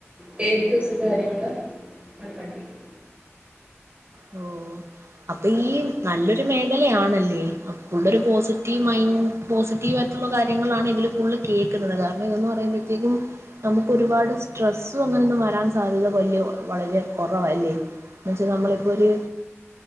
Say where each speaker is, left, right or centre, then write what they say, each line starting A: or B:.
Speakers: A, on the right; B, on the right.
A: പേറ്റുസറ്റ് കാര്യങ്ങള് അവിടെ പഠിപ്പിക്കും
B: ഓ അപ്പൊ ഈ നല്ലൊരു മേഖലയാണല്ലേ അപ്പൊ ഒള്ളൊരു പോസിറ്റീവ് മൈൻഡ്
A: അതെ,
B: പോസിറ്റീവ് ആയിട്ടുള്ള കാര്യങ്ങളാണ് ഇതില് ഫുള് കേൾക്കുന്നത് കാരണം ഇതെന്ന് പറയുമ്പോഴത്തേക്കും നമുക്ക് ഒരുപാട് സ്ട്രെസ്സും അങ്ങനെൊന്നും വരാൻ സാധ്യത വല്യ വളരെ കുറവല്ലേ എന്ന വെച്ചാൽ നമ്മളിപ്പോ ഒരു